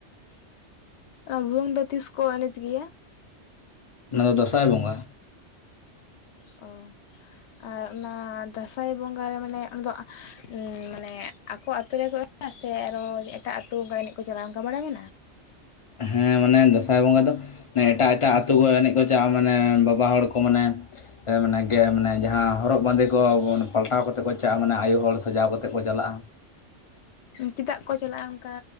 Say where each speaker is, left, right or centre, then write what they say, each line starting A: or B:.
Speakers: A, on the left; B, on the left.
A: ᱟ ᱵᱷᱩᱣᱟᱹᱝ ᱫᱚ ᱛᱤᱥ ᱠᱚ ᱮᱱᱮᱡ ᱜᱮᱭᱟ?
B: ᱚᱱᱟ ᱫᱚ ᱫᱟᱸᱥᱟᱭ ᱵᱚᱸᱜᱟ᱾
A: ᱚ ᱟᱨ ᱚᱱᱟ ᱫᱟᱸᱥᱟᱭ ᱵᱚᱸᱜᱟ ᱨᱮ ᱢᱟᱱᱮ ᱟᱢᱫᱚ ᱟᱸ ᱢᱟᱱᱮ ᱟᱠᱚ ᱟᱛᱳ ᱨᱮᱠᱚ ᱥᱮ ᱟᱨᱚ ᱮᱴᱟᱜ ᱟᱹᱛᱩ ᱚᱝᱠᱟ ᱮᱱᱮᱡ ᱠᱚ ᱪᱟᱞᱟᱜᱼᱟ ᱚᱝᱠᱟ ᱵᱟᱲᱟᱭ ᱢᱮᱱᱟᱜᱼᱟ?
B: ᱦᱮᱸ ᱢᱟᱱᱮ ᱫᱟᱸᱥᱟᱭ ᱵᱚᱸᱜᱟ ᱫᱚ ᱮᱴᱟᱜ ᱮᱴᱟᱜ ᱟᱹᱛᱩᱳ ᱠᱚ ᱮᱱᱮᱡ ᱠᱚ ᱪᱟᱜᱼᱟ ᱢᱟᱱᱮ ᱵᱟᱵᱟ ᱦᱚᱲ ᱠᱚ ᱢᱟᱱᱮ ᱮ ᱢᱟᱱᱮ ᱜᱮ ᱢᱟᱱᱮ ᱡᱟᱦᱟᱸ ᱦᱚᱨᱚᱜ ᱵᱟᱸᱫᱮ ᱠᱚ ᱯᱟᱞᱴᱟᱣ ᱠᱟᱛᱮ ᱠᱚ ᱪᱟᱞᱼᱟ ᱢᱟᱱᱮ ᱟᱭᱩ ᱦᱚᱲ ᱥᱟᱡᱟᱣ ᱠᱟᱛᱮ ᱠᱚ ᱪᱟᱞᱟᱜᱼᱟ᱾
A: ᱪᱮᱫᱟᱜ ᱠᱚ ᱪᱟᱞᱟᱜᱼᱟ ᱚᱱᱠᱟ?